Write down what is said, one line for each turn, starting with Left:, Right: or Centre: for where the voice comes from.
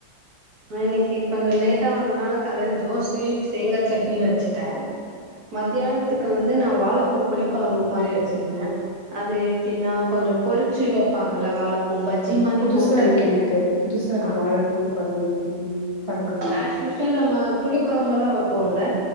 Right: ஆ இன்னைக்கு கொஞ்ச லேட்டா வந்தனால காலையில தோசையு தேங்காய் சட்னியு வச்சுட்டே மத்தியானத்துக்கு வந்து நா வாழைப்பூ புளிக்கொழம்பு மாரி வச்சிருந்தே அது எப்டின்னா கொஞ்ச பொறிச்சு வெப்பாங்கல்ல வாழை ஓ பஜ்ஜி மாரி
Left: புதுசா
Right: போட்டு
Left: இருக்கு எனக்கு புதுசா இருக்கு
Right: ஆ
Left: வாழப்பூ கொழம்பு ம் காரக்குழம்பு.
Right: அஸ்யூசீவல் நம்ம புளி கொழம்புல்லா வெப்போல